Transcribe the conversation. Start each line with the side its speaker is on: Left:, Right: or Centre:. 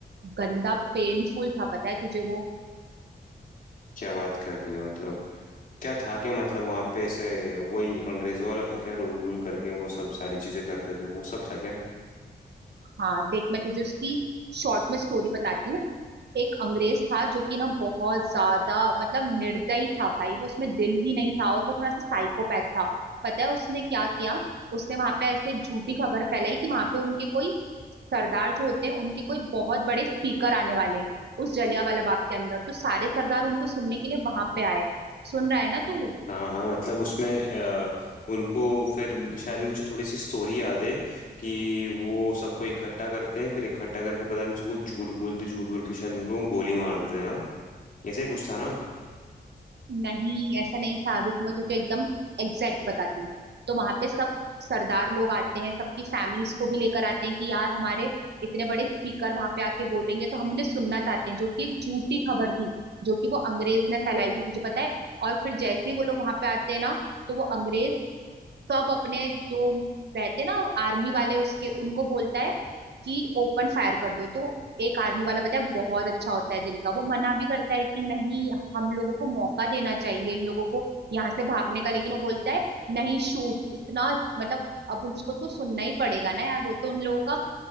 Right: गंदा पेनफुल था पता है तुझे वो
Left: क्या बात कर रही है मतलब क्या था क्या मतलब वहां पे ऐसे वही अंग्रेजों वाला था क्या रूल वूल करके वो सब सारी चीजें करते थे वो सब था क्या
Right: हाँ देख मैं तुझे उसकी शॉर्ट में स्टोरी बताती हूँ एक अंग्रेज था जो कि ना बहुत ज्यादा मतलब निर्दयी था भाई वो उसमें दिल ही नहीं था और वो थोड़ा सा साइकोपैथ था पता है उसने क्या किया उसने वहां पे ऐसे झूठी खबर फैलाई कि वहां पे उनके कोई सरदार जो होते हैं उनके कोई बहुत बड़े स्पीकर आने वाले हैं उस जलियांवाला बाग के अंदर तो सारे सरदार उनको सुनने के लिए वहां पे आए सुन रहा है ना तू
Left: हाँ हाँ मतलब उसमें अ, उनको फिर शायद मुझे थोड़ी सी स्टोरी याद है कि वो सबको इकट्ठा करते हैं फिर इकट्ठा करके पता नहीं उनको कुछ झूठ बोलते झूठ बोल के शायद उन लोगों को गोली मार देते हैं ना ऐसे ही कुछ था ना
Right: नहीं ऐसा नहीं था रुक मैं तुझे एकदम एग्जैक्ट बताती हूँ तो वहां पे सब सरदार लोग आते हैं सबकी फैमिलीज को भी लेकर आते हैं कि यार हमारे इतने बड़े स्पीकर वहां पे आके बोलेंगे तो हम उन्हें सुनना चाहते हैं जो कि एक झूठी खबर थी जो कि वो अंग्रेज ने फैलाई थी तुझे पता है और फिर जैसे ही वो लोग वहां पे आते हैं ना तो वो अंग्रेज सब अपने जो उन- रहते ना आर्मी वाले उसके उनको बोलता है कि ओपन फायर कर दो तो एक आर्मी वाला पता है बहुत अच्छा होता है दिल का वो मना भी करता है कि नहीं हम लोगों को मौका देना चाहिए इन लोगों को यहाँ से भागने का लेकिन वो बोलता है नहीं शूट इतना मतलब अब उसको तो सुनना ही पड़ेगा ना यार वो तो उन लोगों का